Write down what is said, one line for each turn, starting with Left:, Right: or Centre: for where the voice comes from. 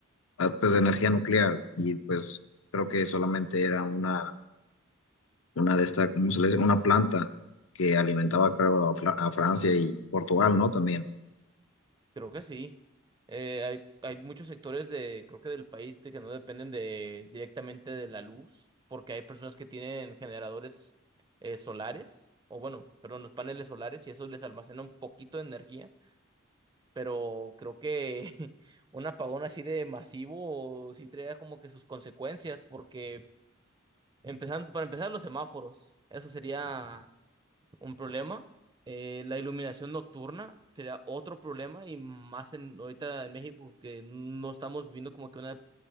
Left: ah, pues de energía nuclear y pues creo que solamente era una, una de estas, ¿cómo se le dice? Una planta que alimentaba, creo, a, Fla- a Francia y Portugal, ¿no? También.
Right: Creo que sí. Eh, hay, hay muchos sectores de, creo que del país de que no dependen de directamente de la luz, porque hay personas que tienen generadores eh, solares, o bueno, perdón, los paneles solares, y eso les almacena un poquito de energía, pero creo que <laughs> un apagón así de masivo sí trae como que sus consecuencias, porque empezando, para empezar los semáforos, eso sería un problema. Eh, la iluminación nocturna sería otro problema y más en, ahorita en México que no estamos viviendo como que una,